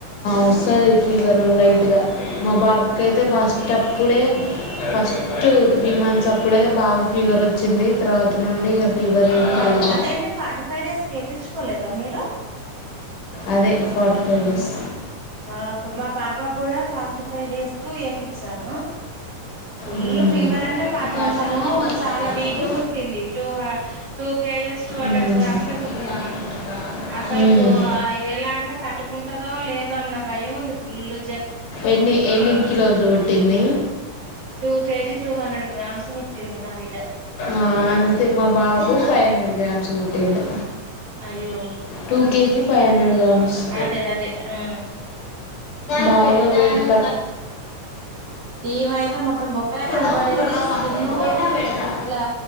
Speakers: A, on the left; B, on the right.
A: వస్తది ఫీవరు లైట్గా మా బాబుకైతే ఫాస్ట్ అప్పుడే ఫస్ట్ త్రీ మంత్స్ అప్పుడే బాగా ఫీవర్ వచ్చింది తర్వాత నుండి ఫీవర్ ఏం లేదు
B: అ అదేంటి ఫార్టీ ఫైవ్ డేస్ ఎపించుకోలేదా మీరు
A: అదే ఫాట్ ఫైవ్ డేస్
B: ఆ మా పాప కూడ ఫార్టీ ఫైవ్ డేస్ కు ఎపించాను ఫుల్
A: మ్మ్.
B: ఫీవర్ అంట పాపం
A: పర్సనల్
B: తను
A: నెంబర్
B: చాలా
A: ఉందా నీకు
B: వీక్గా పుట్టింది two two kgs two hundred
A: మ్మ్.
B: గ్రామ్స్ే పుట్టింది
A: ఉందా ఉందా
B: అసలుకు
A: మ్మ్.
B: ఎలా అంటే తట్టుకు కుంటదో లే దో అన్న భయం ఉంది ఫుల్లు
A: ఎన్ని ఎన్ని కిలోలు పూట్టింది
B: two kg two hundred grams పుట్టింది నా బిడ్డ
A: అ అంతే మా బాబు ఫైవ్ హండ్రెడ్ గ్రామ్స్ పూట్టిండు
B: అయ్యో
A: two kg five hundred grams <inaudible>
B: అదే అదే ఆ
A: బాగ త
B: ఈమయితే మొత్తం బొక్కలే కనపడేది
A: లొడక్ లొడక్
B: స్కిన్
A: అంటే ఎందుకు పెట్టా పెడతా
B: ఇట్లా